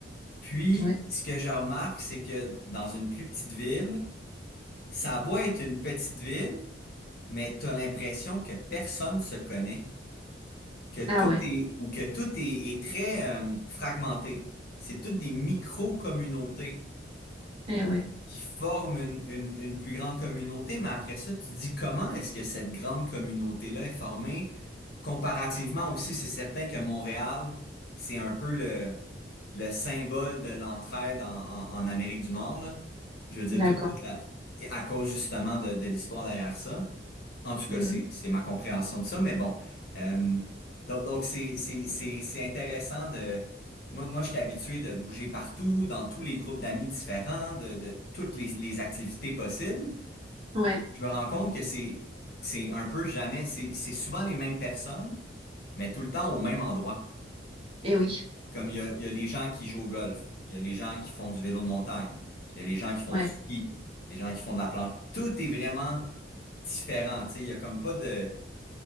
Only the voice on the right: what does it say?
ouais,
ah ouais,
eh ouais,
d'accord.
Mhm.
Ouais.
Et oui,
ouais.